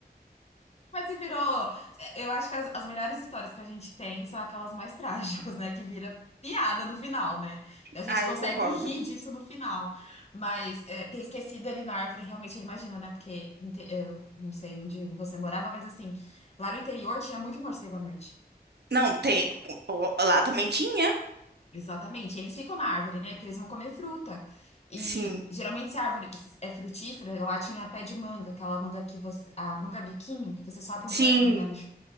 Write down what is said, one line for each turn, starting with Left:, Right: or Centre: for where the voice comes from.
Left: Mas se virou. é, Eu acho que as, as melhores histórias que a gente tem são aquelas mais <laughs> trágicas, né? Que vira piada no final, né? Que a gente
Right: Ah,
Left: consegue
Right: eu concordo.
Left: rir disso no final. Mas é, ter esquecido ele na árvore, realmente, eu imagino, né? Porque inte- eu não sei onde você morava, mas assim, lá no interior tinha muito morcego à noite.
Right: Não, tem. o- o- Lá também tinha.
Left: Exatamente. Eles ficam na árvore, né? Porque eles vão comer fruta. E
Right: Sim,
Left: geralmente, se a árvore é frutífera, lá tinha pé de manga, aquela manga que você. A manga biquinho, que você só abre
Right: sim.
Left: um buraquinho nela e